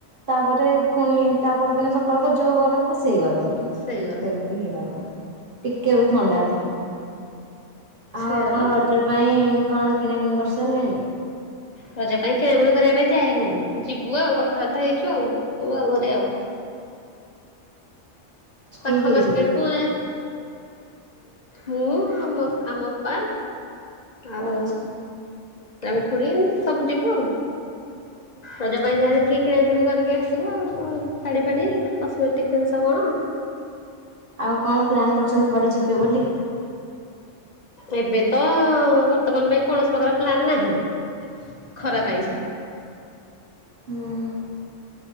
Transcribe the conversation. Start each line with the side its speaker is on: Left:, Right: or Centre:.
Right: ତାପରେ ପୁଣି ତାପଦିନ ସକାଳ କୁ ଯୋଉ ଗରମ କୁ ସେଇ ଗରମ। ସେମିତି
Left: ସେଇ ଗରମ।
Right: ହେଇଗଲାଣିି ଟିକେ ବି ଥଣ୍ଡା ନାହିଁ।
Left: ସେଇଆ
Right: ଆଉ ଆପଣ
Left: ବା।
Right: ରଜ ପାଇଁ କଣ କିଣା କିିଣି କରି ସାରିଲେଣି।
Left: ରଜ ପାଇଁ କିଣାକିଣି କରିବା ପାଇଁ ଯାଇନୁ ଯିବୁ ଆଉ କଥାବାର୍ତ୍ତା ହେଇଛୁ ଆଉ ସବୁ ଆଉ ଘରେ ଆଉ।
Right: କିଏ
Left: ପାଖ
Right: କିଏ
Left: ମାର୍କେଟ
Right: ଯିବେ?
Left: କୁ ଯାଏ ମୁଁ ଆଉ ଆମ ଅପା। ଆଉ
Right: ଆଚ୍ଛା
Left: ତାଙ୍କ ଖୁଡି ସବୁ ଯିବୁ।
Right: <inaudible>
Left: ରଜ ପାଇଁ ଯାହା କିଏ କିଣାକିଣି କରିକି ଆସିବୁ ଶାଢ଼ୀ ଫାଡି କସ୍ମେଟିକ୍ ଜିନିଷ କଣ।
Right: ଆଉ କଣ ପ୍ଲାନ୍ କରୁଛନ୍ତି। କୁଆଡେ ଯିବେ ବୋଲି।
Left: ଏବେ ତ ବର୍ତ୍ତମାନ ପାଇଁ କୌଣସି ପ୍ରକାର ପ୍ଲାନ ନାହିଁ। ଖରା
Right: ଆଚ୍ଛା
Left: ପାଇଁ।
Right: ହୁଁ।